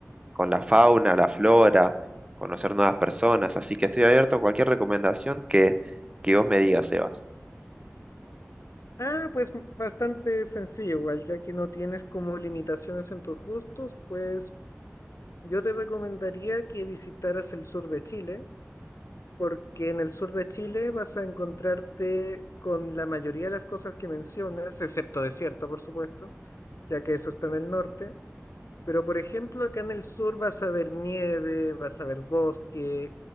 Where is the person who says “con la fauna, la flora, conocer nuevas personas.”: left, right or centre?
Right